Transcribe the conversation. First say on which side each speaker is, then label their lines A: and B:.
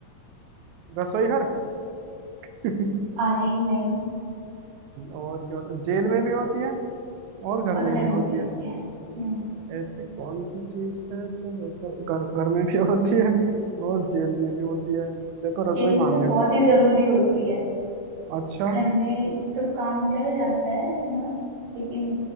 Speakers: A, on the right (about 85°); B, on the right (about 65°).
A: रसोई घर <laughs>
B: अरे नहीं
A: और क्या होता है जेल में भी होती है और घर
B: और घर
A: में भी
B: में
A: होती
B: भी
A: है
B: होती है हम्म
A: ऐसी कौन सी चीज है जो रसोई घर घर में भी होती है और जेल में भी होती है देखो रसोई
B: जेल
A: वहां
B: में तो
A: भी है
B: बहुत ही जरूरी होती है
A: अच्छा
B: घर में तो काम चल जाता है इतना लेकिन